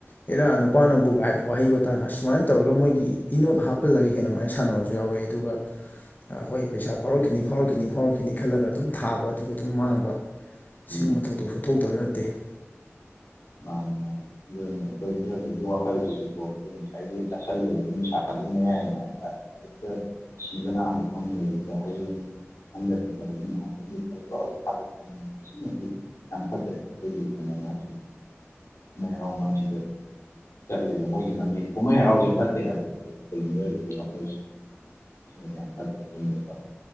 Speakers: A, on the left; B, on the left.
A: ꯏꯔꯥ ꯅꯨꯄꯥꯅꯕꯨꯒꯥꯏꯕ ꯋꯥꯍꯩ ꯋꯥꯇꯥ ꯁꯨꯃꯥꯏꯅ ꯇꯧꯔꯒ ꯃꯣꯏꯒꯤ ꯏꯅꯣꯠ ꯍꯥꯞꯄꯜꯂꯒ ꯍꯦꯟꯅꯃꯥꯏꯅ ꯁꯥꯟꯅꯕꯁꯨ ꯌꯥꯎꯋꯦ ꯑꯗꯨꯒ ꯑꯩꯈꯣꯏ ꯄꯩꯁꯥ <inaudible> ꯐꯥꯎꯔꯛꯈꯤꯅꯤ ꯐꯥꯎꯔꯛꯈꯤꯅꯤ ꯐꯥꯎꯔꯛꯈꯤꯅꯤ ꯈꯜꯂꯒ ꯑꯗꯨꯝ ꯊꯥꯕ ꯑꯗꯨꯒ ꯑꯗꯨꯝ ꯃꯥꯡꯕ <inaudible>
B: ꯎꯝ
A: ꯁꯤꯒꯨꯝꯕ ꯊꯧꯗꯣꯛꯁꯨ ꯊꯣꯛꯇꯕ ꯅꯠ <inaudible> <inaudible>
B: ꯃꯥ ꯃꯤꯑꯣꯏꯕꯅ ꯑꯩꯈꯣꯏ ꯃꯤꯑꯣꯏꯕꯒꯤ ꯋꯥꯈꯜꯁꯤꯀꯣ ꯑꯩꯈꯣꯏ ꯉꯁꯥꯏꯒꯤ ꯆꯥꯥꯁꯜꯂꯨꯕ ꯅꯤꯁꯥꯗꯨ ꯃꯌꯥꯏꯗ ꯍꯦꯛꯇ ꯁꯤꯕ ꯅꯥꯕ ꯐꯪꯗꯕꯤꯗ ꯍꯌꯦꯡ ꯍꯟꯗꯕꯤꯗ ꯍꯥꯏꯗꯤ ꯉꯥꯏꯍꯥꯛꯇꯪ ꯂꯈꯠꯂ ꯂꯔꯒ ꯊꯥꯗꯣꯛꯄ ꯁꯤꯃꯗꯤ ꯌꯥꯝ ꯐꯠꯇ꯭ꯔꯦ ꯑꯩꯈꯣꯏꯒꯤ ꯐꯅꯉꯥꯛꯁꯤꯗ <inaudible> ꯀꯨꯝꯍꯩ ꯍꯔꯥꯎ ꯃꯥꯡꯁꯤꯗ ꯆꯠꯂꯤꯕ ꯃꯣꯏꯒꯤ ꯂꯝꯕꯤꯗ ꯀꯨꯝꯍꯩ ꯍꯔꯥꯎꯁꯦ ꯐꯠꯇꯦ ꯍꯥꯏꯕ ꯑꯩꯈꯣꯏ ꯃꯤꯑꯣꯏꯕꯒꯤ ꯋꯥꯈꯜꯁ ꯁꯤꯃꯗꯤ ꯌꯥꯝ ꯐꯠꯇ꯭ꯔꯦ ꯆꯨꯝꯃꯦꯀꯣ